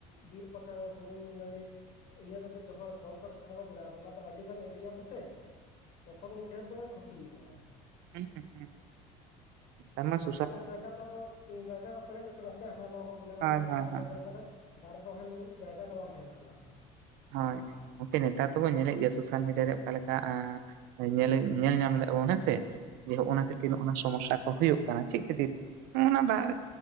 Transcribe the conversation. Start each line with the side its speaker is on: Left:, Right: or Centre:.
Left: ᱵᱤᱨ ᱯᱟᱠᱟᱲ ᱵᱩᱨᱩ ᱱᱟᱹᱲᱤᱼᱼ ᱤᱭᱟᱹ ᱠᱟᱛᱮᱫ ᱡᱚᱠᱷᱚᱡ ᱠᱚᱞ ᱠᱟᱨᱠᱷᱟᱱᱟ ᱠᱚ ᱵᱮᱱᱟᱣ ᱮᱫᱟ ᱚᱱᱟ ᱫᱚ ᱟᱹᱰᱤ ᱜᱟᱱ ᱮᱨᱤᱭᱟ ᱛᱮᱥᱮ᱾ ᱛᱚᱠᱷᱚᱱ ᱜᱮ ᱰᱷᱮᱨ ᱫᱚᱭ ᱠᱷᱚᱛᱤᱭᱮᱜᱼᱟ᱾
Right: ᱦ ᱦᱮᱸ <inaudible> ᱛᱟᱢᱟᱥ <inaudible>
Left: ᱚᱱᱟ ᱠᱚ ᱡᱟᱭᱜᱟ ᱫᱚ ᱟᱫᱚ ᱡᱟᱭᱜᱟ ᱫᱚ ᱯᱮᱨᱮᱡᱚᱜ ᱠᱟᱱᱟ ᱥᱮ ᱦᱟᱱᱟ ᱱᱚᱣᱟ ᱠᱚ ᱵᱮᱱᱟᱣᱫᱟ
Right: ᱦᱳᱭ
Left: ᱢᱮᱱᱠᱷᱟᱱ
Right: ᱦᱳᱭ
Left: ᱚᱱᱟ
Right: ᱦᱳᱭ᱾
Left: ᱡᱟᱭᱜᱟ ᱨᱮᱼᱼ ᱫᱟᱨᱮ ᱨᱚᱦᱚᱭ ᱞᱟᱹᱜᱤᱫ ᱡᱟᱭᱜᱟ ᱫᱚ ᱵᱟᱝ ᱛᱟᱦᱮᱱ ᱠᱟᱱᱟ ᱟᱫᱚ ᱦᱟᱸᱜ᱾
Right: ᱦᱚᱸᱭ ᱜᱚᱝᱠᱮ ᱱᱮᱛᱟᱨ ᱛᱚᱠᱚ ᱧᱮᱞᱮᱫ ᱜᱮ ᱥᱳᱥᱟᱞ ᱢᱤᱰᱤᱭᱟᱨᱮ ᱚᱠᱟᱞᱮᱠᱟᱼᱼ ᱧᱮᱞ ᱧᱮᱞ ᱧᱟᱢ ᱞᱮᱫ ᱟᱵᱚᱱ ᱦᱮᱸᱥᱮ ᱱᱚᱜᱼ
Left: ᱦᱩᱸ
Right: ᱱᱟ ᱠᱷᱟᱹᱛᱤᱨ ᱱᱚᱜ ᱱᱚᱣᱟ ᱥᱚᱢᱚᱥᱥᱟ᱾ ᱦᱩᱭᱩᱜ ᱠᱟᱱᱟ ᱪᱮᱫ ᱠᱷᱟᱹᱛᱤᱨ ᱱᱚᱜ ᱱᱟ ᱫᱟᱜ